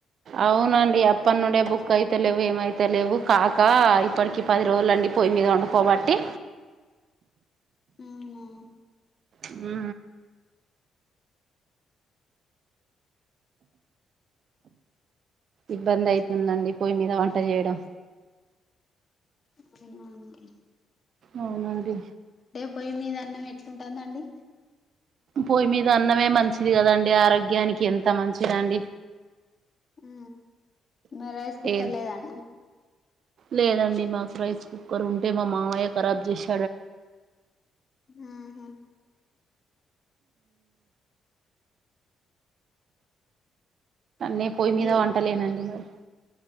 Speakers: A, on the right; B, on the left.
A: అవునండి అప్పనుండే బుక్ అయితే లేవు ఏమయితతే లేవు కాక ఇప్పటికి పది రోజులు అండి పొయ్యి మీద వండుకోబట్టి
B: అవునా
A: ఉహు ఇబ్బంది అయితుందండి పొయ్యి మీద వంట చేయడం
B: అవునా అండి
A: అవునండి
B: పోయి మీద అన్నం ఎట్లుంటుంది అండి
A: పొయ్యి మీద అన్నమే మంచిది కదా అండి ఆరోగ్యానికి ఎంత మంచిది అండి
B: హ మరే రైస్ కుక్కర్
A: ఏది
B: లేదా అండి
A: లేదండి మాకు రైస్ కుక్కర్ ఉంటే మా మామయ్య కరాబ్ చేసి
B: ఆహా
A: నే పొయ్యి మీద
B: ఏ
A: వంటలేనండి మరి